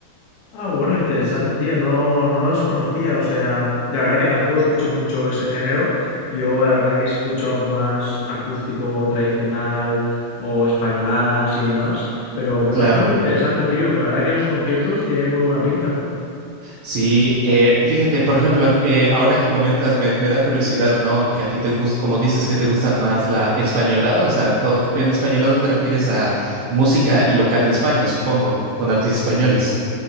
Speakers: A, on the left (about 85°); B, on the right (about 65°).
A: Ah, bueno, interesante, tío. No, no los conocía. O sea, de verdad que tampoco escucho mucho ese género. Yo, la verdad, que escucho algo más acústico, tradicional o españoladas y demás. Pero me parece
B: Claro.
A: muy interesante, tío. La verdad que esos conciertos tienen muy buena pinta.
B: Sí, eh, fíjate, por ejemplo, eh, ahora que comentas, me, me da curiosidad, ¿no? Que a ti te gusta, como dices que te gusta más la españolada, o sea, con- en españolada te refieres a música local de España, supongo, con artistas españoles.